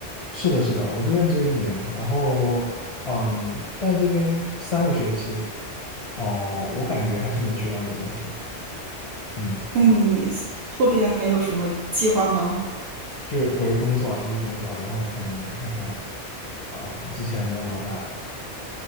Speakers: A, on the left; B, on the right.
A: 是的，是的，我这边只有一年，然后嗯，但这边三个学期，哦，我感觉还是能学到点东西的，嗯。
B: 那你后边还有什么计划吗？
A: 就是回工作啊，继续工作啊，然后可能看看，呃，之前的老板，